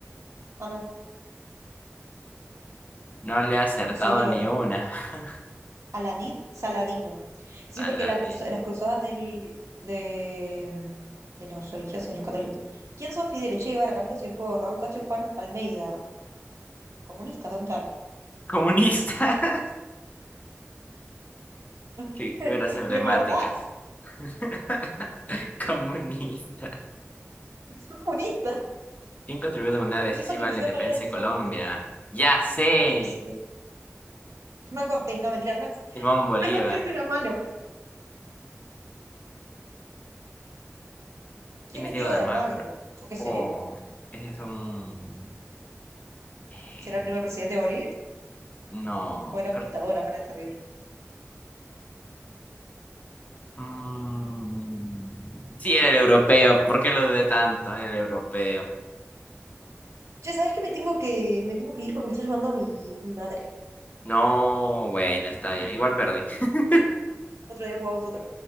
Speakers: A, on the right; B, on the left.
A: Ah, no.
B: No le ha acertado
A: Ah, no sé quién
B: ni
A: lo. Re...
B: una. <laughs>
A: Aladid Saladino. Sí,
B: Tan
A: porque
B: ladino.
A: la cruza- las cruzadas del, de, de los religiosos, de los católicos. ¿Quién son Fidel Che Guevara, Camilo Cienfuegos, Raúl Castro y Juan Almeida? Comunistas, ¿dónde están?
B: Comunistas. <laughs> Figuras
A: <laughs>
B: emblemáticas.
A: De verdad.
B: <laughs> Comunistas.
A: Son comunistas.
B: ¿Quién contribuyó de manera decisiva
A: ¿Quién contribuyó
B: a la independencia
A: de manera decisiva
B: de Colombia?
A: a la independencia?
B: Ya sé.
A: Yo qué sé. Hernán Cortés, no, mentira, Hernán,
B: Simón Bolívar.
A: Hernán Cortés era malo. ¿Quién
B: ¿Quién es
A: es
B: Diego
A: Diego
B: de
A: de
B: Almagro?
A: Almagro? Yo qué sé.
B: Oh, ese es un... eh,
A: ¿Será el primer presidente de Bolivia?
B: no,
A: O era
B: creo...
A: un dictador, ahora es terrible.
B: mm, sí, era el europeo. ¿Por qué lo dudé tanto? Era el europeo.
A: Che, sabes que me tengo que, me tengo que ir porque me está llamando mi, mi madre?
B: No, bueno, está bien. Igual perdí. <laughs>
A: Otro día jugamos otra.